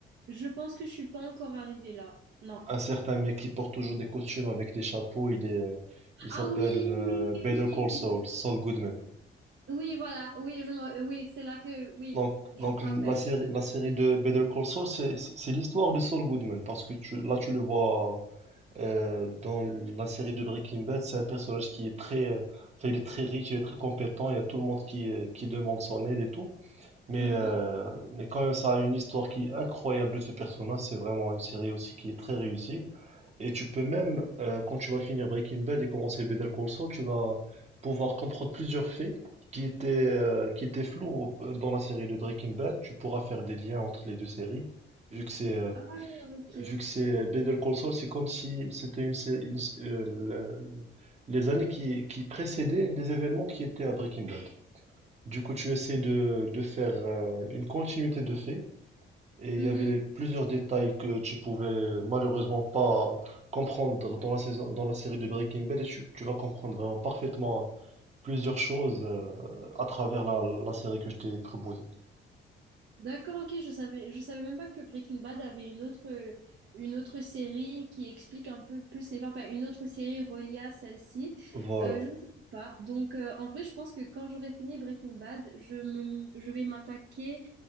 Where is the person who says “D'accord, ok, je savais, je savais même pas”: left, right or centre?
Right